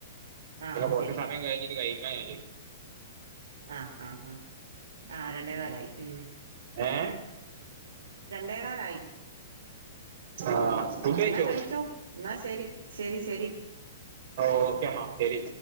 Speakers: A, on the right (about 75°); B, on the right (about 55°).
A: ആ
B: പിന്നെ
A: അത്
B: കുറച്ച്
A: ശരി
B: സമയം കഴിഞ്ഞിട്ട് കഴിക്കാൻ കഴിയല്
A: ആഹ് ആഹ് ആഹ് ആഹ് രണ്ടേ കാലായി ഉം
B: ഏ
A: രണ്ടേകാലായി
B: ആഹ് ഫുഡ് കഴിച്ചോ
A: എന്നാ എന്നാ ശരി ശരി ശരി
B: ഓ ഓക്കെ മാ ശരി